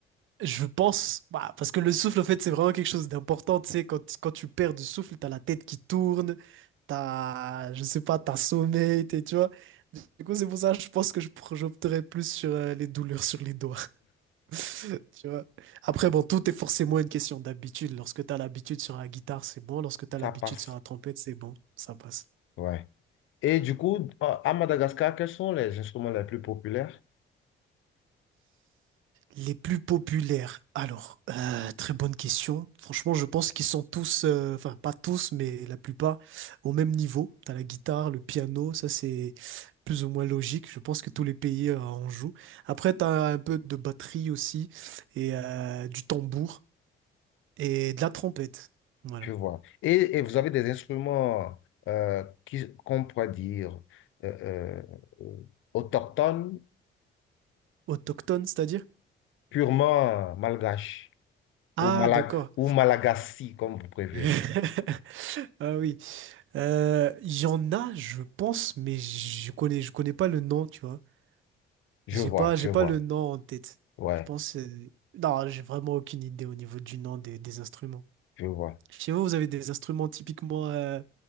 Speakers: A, on the right (about 80°); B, on the left (about 80°).
A: je pense, bah, parce que le souffle, en fait, c'est vraiment quelque chose d'important. Tu sais, quand, quand tu perds du souffle, t'as la tête qui tourne, t'as, je sais pas, t'as sommeil, t'es- tu vois. Du coup, c'est pour ça, je pense que je, pr- j'opterais plus sur euh, les douleurs sur les doigts. <laughs> Tu vois. Après, bon, tout est forcément une question d'habitude. Lorsque tu as l'habitude sur la guitare, c'est bon. Lorsque tu as
B: Ça
A: l'habitude
B: passe.
A: sur la trompette, c'est bon. Ça passe.
B: ouais Et du coup, à à Madagascar, quels sont les instruments les plus populaires?
A: Les plus populaires. Alors, euh, très bonne question. Franchement, je pense qu'ils sont tous, euh, enfin, pas tous, mais la plupart, au même niveau. T'as la guitare, le piano, ça c'est plus ou moins logique. Je pense que tous les pays euh, en jouent. Après, t'as un peu de batterie aussi, et euh, du tambour, et de la trompette. Voilà.
B: Je vois. Et, et vous avez des instruments euh, qui, qu'on pourrait dire euh, euh, euh, autochtones,
A: Autochtone, c'est-à-dire?
B: purement malgaches
A: Ah,
B: ou, malag
A: d'accord.
B: ou malagasy, comme vous préférez.
A: <laughs> Ah oui. Euh, Il y en a, je pense, mais je connais, je connais pas le nom, tu vois.
B: Je
A: J'ai
B: vois,
A: pas,
B: je
A: j'ai
B: vois.
A: pas le nom en tête.
B: Ouais,
A: Je pense. euh, Non, j'ai vraiment aucune idée au niveau du nom des, des instruments.
B: je vois.
A: Chez vous, vous avez des instruments typiquement euh,